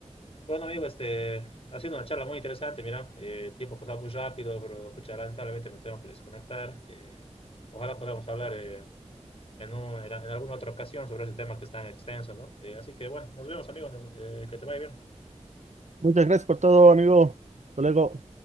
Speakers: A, on the left; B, on the right.
A: bueno, amigo, este, ha sido una charla muy interesante, mira, eh, el tiempo ha pasado muy rápido, pero pucha, lamentablemente me tengo que desconectar. eh, ojalá podamos hablar eh, en, un- en alguna otra ocasión sobre ese tema que es tan extenso, ¿no? Eh, así que bueno, nos vemos, amigos, nos- eh, que te vaya bien.
B: Muchas gracias por todo, amigo. Hasta luego.